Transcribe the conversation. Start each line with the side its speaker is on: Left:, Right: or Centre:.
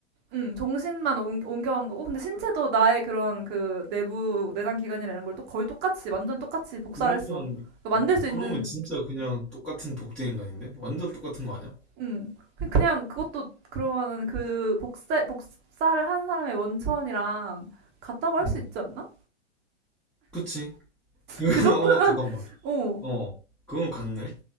Right: 응, 정신만 옮, 옮겨간 거고, 근데 신체도 나의 그런 그 내부 내장 기관이나 이런 걸 또 거의 똑같이, 완전 똑같이 복사를
Centre: 그러면,
Right: 했어. 그러니까 만들 수
Centre: 그러면
Right: 있는
Centre: 진짜 그냥 똑같은 복제 인간인데? 완전 똑같은 거 아니야?
Right: 응. 그- 그냥 그것도 그러면은 그 복사, 복사를 한 사람의 원천이랑 같다고 할
Centre: 응.
Right: 수 있지 않나?
Centre: 그치? <laughs> 그건,
Right: 그 정도면,
Centre: 어, 잠깐만.
Right: <laughs> 어,
Centre: 어, 그건 같네?